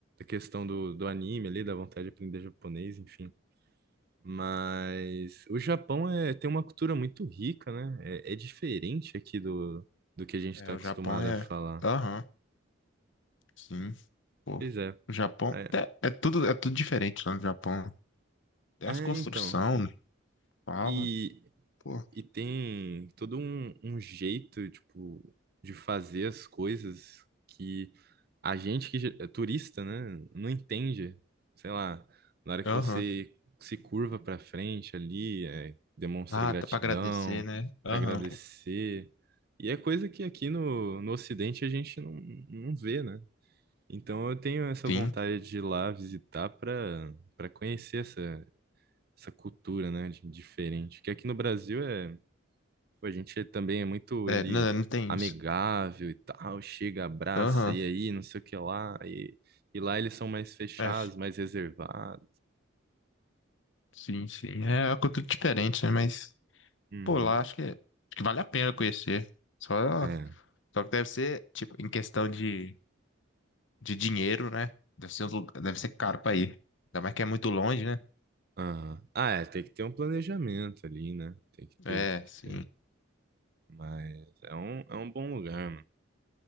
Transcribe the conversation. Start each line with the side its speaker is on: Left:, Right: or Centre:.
Right: questão do, do anime ali, da vontade de aprender japonês, enfim. Mas o Japão é, tem uma cultura muito rica, né? É, é diferente aqui do, do que a gente está
Left: é, o
Right: acostumado
Left: Japão é.
Right: a falar.
Left: Aham, sim. Pô,
Right: Pois é.
Left: o Japão.
Right: É,
Left: É, é tudo, é tudo diferente lá no Japão. É
Right: é,
Left: as construções,
Right: então.
Left: fala,
Right: E
Left: pô.
Right: e tem todo um, um jeito, tipo, de fazer as coisas que a gente que ge- é turista, né, não entende. Sei lá, na hora que
Left: Aham.
Right: você se curva pra frente ali, é, demonstra
Left: Ah,
Right: gratidão
Left: tá pra agradecer, né?
Right: pra
Left: Aham.
Right: agradecer. E é coisa que aqui no, no Ocidente a gente não, não vê, né? Então eu tenho essa
Left: Sim.
Right: vontade de ir lá visitar pra para conhecer essa, essa cultura, né, de- diferente. Que aqui no Brasil é Pô, A gente também é muito
Left: É,
Right: ele
Left: não, não tem
Right: amigável
Left: isso.
Right: e tal, chega, abraça,
Left: Aham.
Right: e aí, não sei o que lá. E, e lá eles são mais fechados,
Left: É,
Right: mais reservados.
Left: sim, sim. É uma cultura diferente, né? Mas,
Right: Uhum.
Left: pô, lá acho que, acho que vale a pena conhecer. Só,
Right: É.
Left: só que deve ser, tipo, em questão de, de dinheiro, né? Deve ser, uns lu- deve ser caro pra ir. Ainda mais que é muito longe, né?
Right: aham. Ah, é, tem que ter um planejamento ali, né? Tem que ter,
Left: É,
Right: tem que
Left: sim.
Right: ter. Mas é um, é um bom lugar, mano.